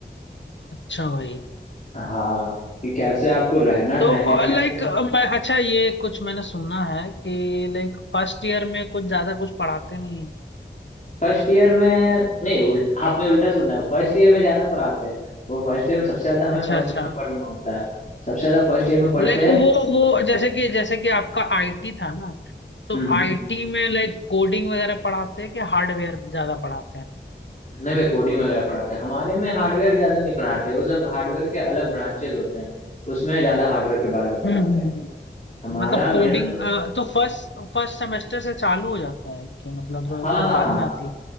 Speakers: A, on the left; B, on the left.
A: अच्छा भाई
B: हाँ कि कैसे आपको रहना
A: तो
B: है कैसे
A: लाइक मैं अच्छा ये कुछ मैंने सुना है कि लाइक फर्स्ट ईयर में कुछ ज्यादा कुछ पढ़ाते नहीं है
B: फर्स्ट ईयर में नहीं उल्ट आपने उल्टा सुना है फर्स्ट ईयर में ज्यादा पढ़ाते हैं वो फर्स्ट ईयर में सबसे ज्यादा हमें
A: अच्छा
B: फर्स्ट
A: अच्छा
B: ईयर में पढ़ना होता है सबसे ज्यादा फर्स्ट ईयर में पढ़ते
A: लाइक
B: हैं
A: वो वो जैसे कि जैसे कि आपका आईटी था ना तो
B: हम्म हम्म।
A: आईटी में लाइक कोडिंग वगैरह पढ़ाते हैं कि हार्डवेयर ज्यादा पढ़ाते हैं
B: नहीं मैं कोडिंग वगैरह पढ़ाते हैं हमारे में हार्डवेयर ज्यादा नहीं पढ़ाते वो सब हार्डवेयर के अलग ब्रांचेस होते हैं उसमें ज्यादा हार्डवेयर के बारे में पढ़ाते
A: हम्म हम्म,
B: हैं
A: हम्म।
B: हमारा
A: मतलब
B: मेरा
A: कोडिंग
B: तो
A: तो फर्स्ट फर्स्ट सेमेस्टर से चालू हो जाता है कि मतलब
B: हाँ
A: फिर
B: हाँ
A: बाद
B: हाँ
A: में आती है